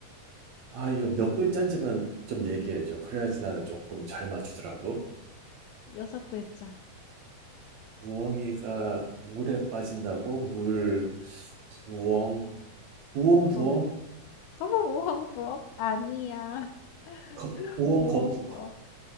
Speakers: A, on the right; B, on the left.
A: 아, 이거 몇 글자인지만 좀 얘기해줘. 그래야지 나는 조금 잘 맞추더라고.
B: 여섯 글자.
A: 부엉이가 물에 빠진다고? 물, 부엉, 우엉,
B: 어,
A: 부엉?
B: <laughs> 우엉부엉? 아니야.
A: 거-
B: <laughs>
A: 우엉,
B: 우엉부엉.
A: 거푸.